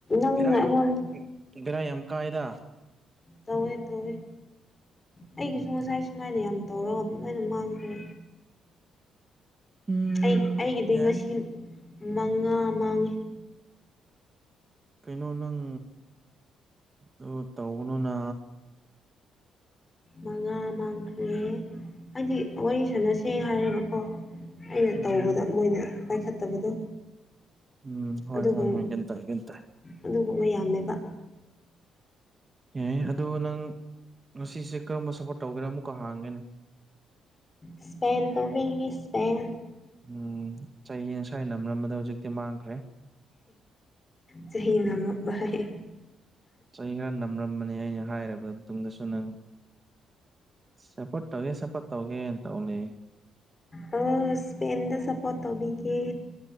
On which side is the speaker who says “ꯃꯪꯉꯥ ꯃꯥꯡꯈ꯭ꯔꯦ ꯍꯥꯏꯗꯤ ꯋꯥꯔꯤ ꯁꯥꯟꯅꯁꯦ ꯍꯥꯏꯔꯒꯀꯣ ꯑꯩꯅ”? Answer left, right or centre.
Left